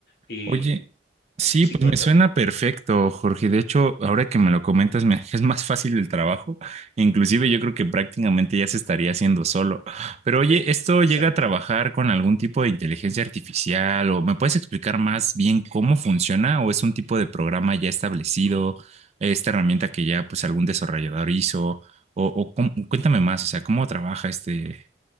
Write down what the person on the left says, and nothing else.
Y
sí,
cuéntame.
<laughs>
Exacto.